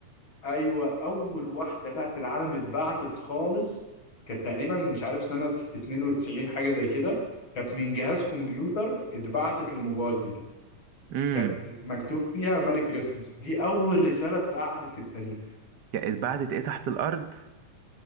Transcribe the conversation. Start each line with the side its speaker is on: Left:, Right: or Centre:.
Left: أيوة أول واحدة بقى في العالم اتبعتت خالص كانت تقريبا مش عارف سنة 92 حاجة زي كده كانت من جهاز كمبيوتر اتبعتت لموبايل
Right: امم
Left: كانت مكتوب فيها ماري كريسماس دي أول رسالة اتبعتت في التاريخ
Right: بعدت ايه تحت الارض